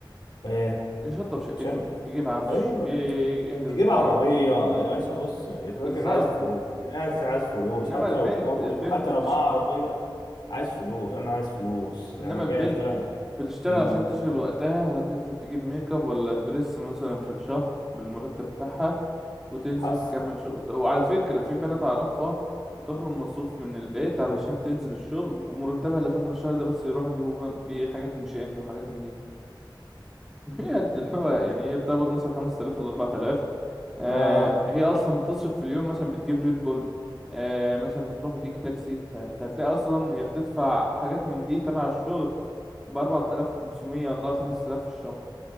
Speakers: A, on the left; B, in the centre.
A: آه
B: يشطب شقته
A: عشان
B: يجيب عفش
A: ايوه
B: ي- يحجز
A: يجيب
B: القاعة
A: عربيه يا باشا بص الراجل
B: بالظبط
A: عايز فلوس من الاخر عايز فلوس
B: انما
A: حتى
B: البنت
A: لو اتجوز
B: البنت
A: وحتى
B: بتشت...
A: لو معاه عربيه عايز فلوس انا عايز فلوس
B: انما
A: انا جاي
B: البنت
A: اشتغل
B: بتشتغل
A: أمم،
B: عشان تشغل وقتها هتنزل تجيب ميك اب ولا دريس مثلا في الشهر بالمرتب بتاعها وتنزل
A: حس
B: تكمل
A: <laughs>
B: شغل ط- وعلى فكرة في بنات أعرفها بتاخد مصروف من البيت علشان تنزل الشغل ومرتبها اللي في آخر الشهر ده بس يروحوا يجيبوا بم- بيه حاجات من شين وحاجات من دي <laughs> هي قد اللي هو يعني هي بتقبض مثلا 5000 ولا 4000 آه
A: اه
B: هي أصلا بتصرف في اليوم مثلا بتجيب ريد بول آه مثلا بتروح وتيجي تاكسي فأنت هتلاقي أصلا هي بتدفع حاجات من دي تبع الشغل ب 4500 والله 5000 في الشهر